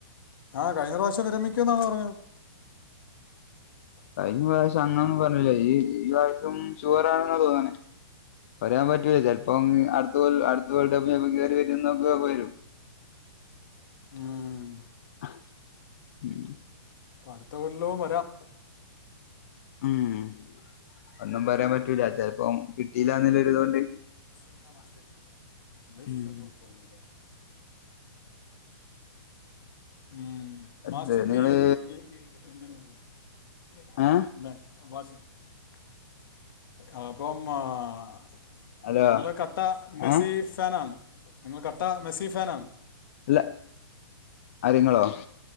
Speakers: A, on the left (about 55°); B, on the left (about 35°).
A: ആഹ് കഴിഞ്ഞ പ്രാവശ്യം വിരമിക്കുന്നാണല്ലോ പറഞ്ഞത്
B: കഴിഞ്ഞ പ്രാവശ്യം അങ്ങനൊന്നും പറഞ്ഞില്ല ഈ ഈ പ്രാവശ്യം ഷുവർ ആണെന്നാ തോന്നണേ പറയാൻ പറ്റൂല്ല ചെലപ്പം അടുത്തകൊല്ലം അടുത്ത വേൾഡ് കപ്പിന് കേറി വരുന്നൊക്കെ വരും <inaudible>
A: ഉം അടുത്ത കൊല്ലവും വരാം
B: മം ഒന്നും പറയാൻ പറ്റൂല ചെലപ്പം കിട്ടിയില്ലാന്നുള്ള ഒരു ഇതുകൊണ്ട്
A: <inaudible>
B: ഉം
A: ഉം.
B: അത്
A: മാസ്റ്റർ
B: നിങ്ങള്
A: <unintelligible> എൻജിനീയറിങ്ങിന് <unintelligible>
B: ഏ
A: <unintelligible> അപ്പോ ആഹ്
B: ഹലോ
A: നിങ്ങള് കട്ട മെസ്സി
B: ഏഹ്
A: ഫാനാണ് നിങ്ങള് കട്ട മെസ്സി ഫാനാണ്
B: അല്ല ആര് നിങ്ങളോ